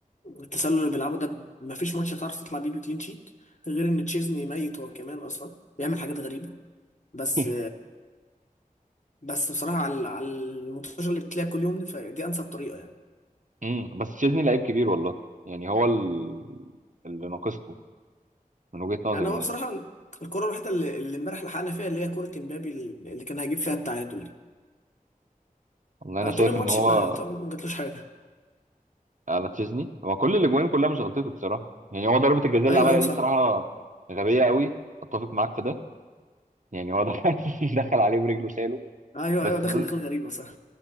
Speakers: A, on the left; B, on the right.
A: التسلل اللي بيلعبه ده ما فيش ماتش هتعرف تطلع بيه بكلين شيت غير ان تشيزني ميت هو كمان اصلا بيعمل حاجات غريبه بس
B: <laughs>
A: بس بصراحه على على الماتشات اللي بتلاقي كل يوم دي فدي انسب طريقه يعني
B: امم بس تشيزني لعيب كبير والله يعني هو ال- اللي ناقصكم من وجهة نظري
A: يعني هو
B: يعني
A: بصراحه الكره الوحيده اللي اللي امبارح لحقنا فيها اللي هي كره امبابي اللي كان هيجيب فيها التعادل دي
B: والله انا
A: أنا
B: شايف
A: طول الماتش
B: ان هو
A: ما يعتبر ما جاتلوش حاجه
B: على تشيزني هو كل الاجوان كلها مش غلطته بصراحه يعني هو ضربه الجزاء اللي
A: ايوه
B: عملها
A: ايوه
B: دي
A: صح
B: بصراحه غبيه قوي اتفق معاك في ده يعني هو دخل <laughs> دخل عليه برجله شاله
A: ايوه
B: بس
A: ايوه دخل
B: دول
A: دخل غريبه صح